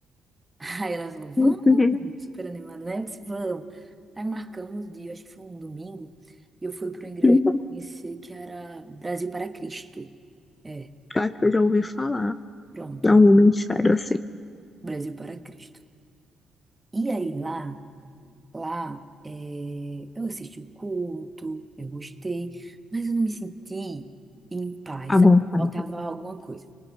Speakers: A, on the right; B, on the left.
A: <laughs> Aí ela falou: Vamos,
B: Uhum, uhum,
A: super animada, né? Eu disse: Vamos. Aí marcamos o dia, acho que foi um domingo, e eu fui pra uma igreja
B: uhum.
A: conhecer que era Brasil para Cristo. É,
B: Eu acho que eu já ouvi falar
A: pronto,
B: em algum ministério assim,
A: Brasil para Cristo. E aí lá. Lá, eh, eu assisti o culto, eu gostei, mas eu não me senti em paz,
B: à
A: sabe?
B: vontade.
A: Faltava alguma coisa.